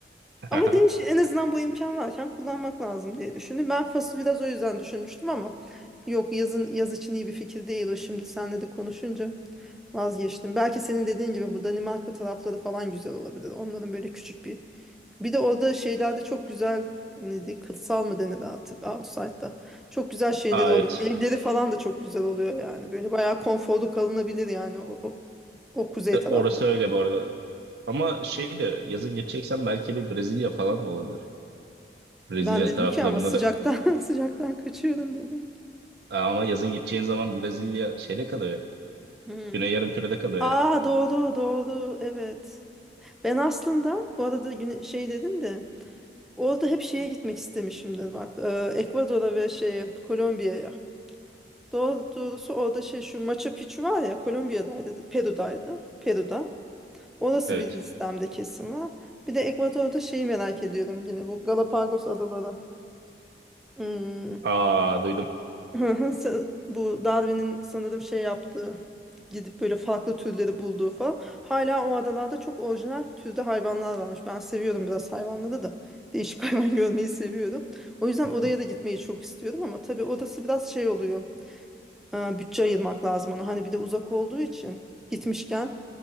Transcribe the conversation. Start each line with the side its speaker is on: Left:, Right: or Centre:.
Centre: Ama
Right: Aha.
Centre: değiş, en azından bu imkan varken kullanmak lazım diye düşündüm. Ben FAS'ı biraz o yüzden düşünmüştüm ama yok yazın, yaz için iyi bir fikir değil o şimdi seninle de konuşunca vazgeçtim. Belki senin dediğin gibi bu Danimarka tarafları falan güzel olabilir. Onların böyle küçük bir bir de orada şeylerde çok güzel neydi kırsal mı denir artık outside'da çok güzel şeyleri
Right: <laughs> Aa,
Centre: oluyor.
Right: evet.
Centre: Evleri falan da çok güzel oluyor yani. Böyle bayağı konforlu kalınabilir yani o, o, o kuzey
Right: E,
Centre: tarafta.
Right: Orası öyle bu arada. Ama şey de yazın gideceksen belki bir Brezilya falan da olabilir. Brezilya
Centre: Ben dedim
Right: taraflarında
Centre: ki ama sıcaktan
Right: da.
Centre: <laughs> sıcaktan kaçıyorum dedim.
Right: Aa, Ama yazın gideceğin zaman Brezilya şeyde kalıyor ya.
Centre: Hmm.
Right: Güney Yarımküre'de kalıyor
Centre: Aa
Right: ya.
Centre: doğru doğru evet. Ben aslında bu arada güne- şey dedin de orada hep şeye gitmek istemişimdir bak e, Ekvador'a ve şeye Kolombiya'ya. Doğ- Doğrusu orada şey şu Machu Picchu var ya Kolombiya'daydı, Peru'daydı. Peru'da. Orası
Right: Evet.
Centre: bir listemde kesin var. Bir de Ekvador'da şeyi merak ediyorum yine bu Galapagos adaları. Hmm.
Right: Aa duydum.
Centre: <laughs> Sa- Bu Darwin'in sanırım şey yaptığı gidip böyle farklı türleri bulduğu falan. Hala o adalarda çok orijinal türde hayvanlar varmış. Ben seviyorum biraz hayvanları da. Değişik <laughs> hayvan görmeyi seviyorum. O yüzden
Right: <laughs>
Centre: oraya da gitmeyi çok istiyorum ama tabii orası biraz şey oluyor. e, bütçe ayırmak lazım ona. Hani bir de uzak olduğu için gitmişken